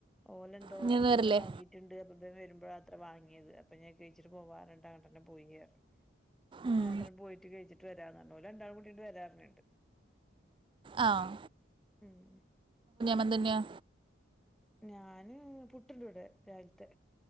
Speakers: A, in the centre; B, on the right (about 25°).
A: ഓലന്തോ
B: ഇനി ഇന്ന്
A: ഫുഡ്
B: വരില്ലേ
A: വാങ്ങീട്ട് രണ്ട് കപ്പം വരുമ്പോഴ അത്ര വാങ്ങിയത് അപ്പ ഞാൻ കഴിച്ചിട്ട് പോവാ <unintelligible> പോയിയായിരുന്നു
B: ഉം
A: ആട്ടൻ പോയിട്ട് കഴിച്ചിട്ട് വരാന്ന്ഞ്ഞു ഒരു രണ്ടാൾ കുട്ടീട്ട വരാറുണ്ട്
B: ആഹ്
A: ഉം
B: <unintelligible> എന്തന്നെയാ
A: ഞാന് പുട്ടിന്റെ ഇവിടെ രാവിലത്തെ